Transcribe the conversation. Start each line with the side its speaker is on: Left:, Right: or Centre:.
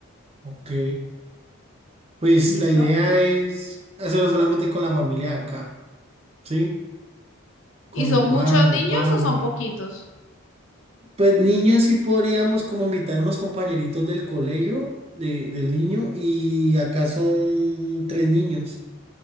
Right: Ok. Pues
Left: ¿listo?
Right: la idea es hacerlo solamente con la familia de acá, ¿sí? Con
Left: ¿Y son
Right: mi mamá,
Left: muchos
Right: mi
Left: niños
Right: papá, mi
Left: o son poquitos?
Right: Pues niños sí podríamos como invitar a unos compañeritos del colegio de- del niño y acá son tres niños,